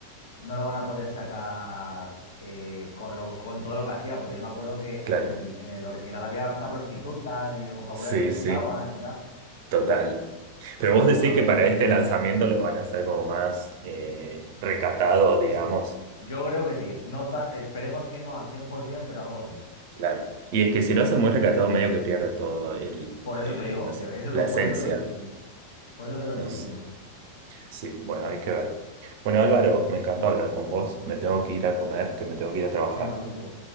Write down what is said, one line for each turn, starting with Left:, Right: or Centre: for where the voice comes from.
Left: no lo van a poder sacar eh, con lo, con todo lo que hacía, porque yo me acuerdo que
Right: Claro,
Left: en el, en el original había hasta prostitutas y el vocabulario
Right: sí,
Left: que
Right: sí,
Left: usaban y tal,
Right: total. Pero vos
Left: pero
Right: decís
Left: bueno,
Right: que
Left: veremos.
Right: para este lanzamiento lo van a hacer como más eh, recatado, digamos.
Left: Es, yo creo que sí. No ta- esperemos que no al 100%, pero algo sí.
Right: Claro. Y es que si lo hacen muy recatado, medio que pierde todo el,
Left: Por eso
Right: el,
Left: te digo,
Right: no
Left: que
Right: sé,
Left: eso
Right: la
Left: es lo,
Right: esencia.
Left: por eso te lo estoy diciendo. Por eso te lo estoy
Right: No
Left: diciendo.
Right: sé. Sí, bueno, hay que ver. Bueno, Álvaro, me encanta hablar con vos. Me tengo que ir a comer, que me tengo que ir a trabajar.
Left: Venga, visto.